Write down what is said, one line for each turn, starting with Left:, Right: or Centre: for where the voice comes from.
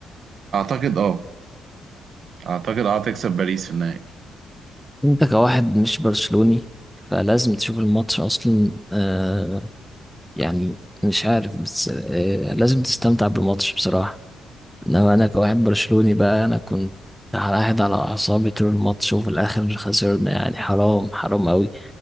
Right: أعتقد أه أعتقد أه تكسب باريس في النهائي
Centre: انت كواحد مش برشلوني فلازم تشوف الماتش اصلا آه يعني مش عارف بس آه لازم تستمتع بالماتش بصراحه انما انا كواحد برشلوني بقى انا كنت قاعد على اعصابي طول الماتش وفي الاخر خسرنا يعني حرام حرام قوي